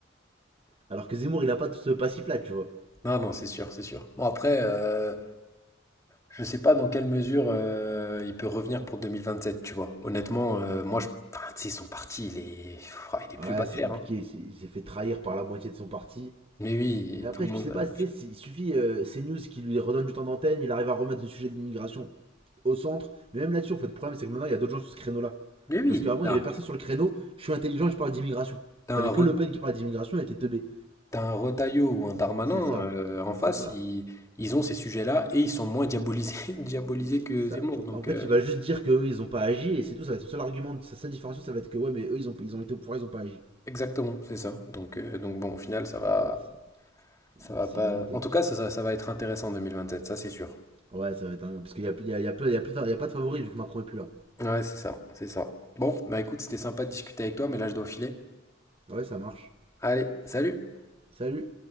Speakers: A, on the right; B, on the left.
A: alors que Zemmour, il a pas tout ce passif-là, tu vois.
B: non, non, c'est sûr, c'est sûr. Bon, après, euh, je sais pas dans quelle mesure euh, il peut revenir pour 2027, tu vois. Honnêtement, euh, moi, je... enfin, tu sais, son parti, il est... Ouah, il est
A: Ouais,
B: plus bas de
A: c'est
B: terre,
A: compliqué.
B: hein.
A: Il s'est il s'est fait trahir par la moitié de son parti.
B: Mais oui,
A: Mais après,
B: tout le monde...
A: tu sais
B: euh,
A: pas, tu sais, si- il suffit euh, CNews qui lui redonne du temps d'antenne, il arrive à remettre le sujet de l'immigration au centre. Mais même là-dessus, en fait, le problème, c'est que maintenant, il y a d'autres gens sur ce créneau-là.
B: Mais oui,
A: Parce qu'avant,
B: t'as
A: il y avait personne sur le créneau. Je suis intelligent et je parle d'immigration.
B: t'as
A: T'avais
B: un, Re-
A: que Le Pen qui parlait d'immigration et était teubé.
B: t'as un Retailleau ou un Darmanin
A: C'est ça.
B: euh, en face,
A: C'est ça.
B: ils... ils ont ces sujets-là et ils sont moins diabolisés, <laughs> diabolisés
A: Il-
B: que
A: C'est ça.
B: Zemmour.
A: Et
B: Donc,
A: En fait,
B: euh,
A: il va juste dire qu'eux, ils ont pas agi et c'est tout. Ça va être son seul argument. de- Sa seule différenciation, ça va être que ouais, mais eux, ils ont, ils ont été au pouvoir, ils ont pas agi.
B: Exactement, c'est ça. Donc, euh, donc bon, au final, ça va,
A: Donc, ouais, c'est-
B: ça va
A: c'est
B: pas.
A: limité.
B: En tout cas, ça, ça, ça va être intéressant en 2027, ça c'est sûr.
A: Ouais, ça va être un. Parce qu'il y a, plus- il y, a, il y, a plus- il y a plus- il y a pas de favori vu que Macron est plus là.
B: Ouais, c'est ça, c'est ça. Bon, bah écoute, c'était sympa de discuter avec toi, mais là je dois filer.
A: Ouais, ça marche.
B: Allez, salut!
A: Salut.